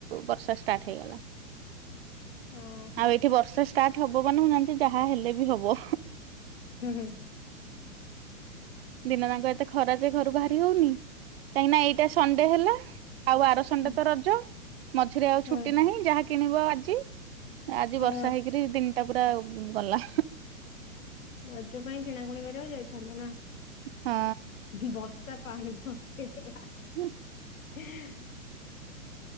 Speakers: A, on the right (about 45°); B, on the left (about 70°).
A: ବର୍ଷା ଷ୍ଟାର୍ଟ ହେଇଗଲା।
B: ହଁ ହଁ
A: ଆଉ ଏଇଠି ବର୍ଷା ଷ୍ଟାର୍ଟ ହବ ମାନେ ମୁଁ ଜାଣିଛି ଯାହା ହେଲେ ବି ହବ।
B: ହୁଁ ହୁଁ।
A: ଦିନ ଯାକ ଏତେ ଖରା ଯେ ଘରୁ ବାହାରି ହଉନି। କାହିଁକି ନା ଏଇଟା ସଣ୍ଡେ ହେଲା ଆଉ ଆର ସଣ୍ଡେ
B: ହୁଁ
A: ତ ରଜ ମଝିରେ ଆଉ
B: ହୁଁ
A: ଛୁଟି ନାହିଁ ଯାହାକି କିଣିବ ଆଜି ଆଜି
B: ହୁଁ।
A: ବର୍ଷା ହେଇକିରି ଦିନିଟା ପୁରା ଗଲା।
B: ରଜ ପାଇଁ କିଣାକୁଣି କରିବାକୁ ଯାଇଥାନ୍ତ ନା?
A: ହଁ।
B: ବର୍ଷା ପାଣି ବଞ୍ଚେଇଦେଲା।
A: ହୁଁ।
B: ଏହେଁ।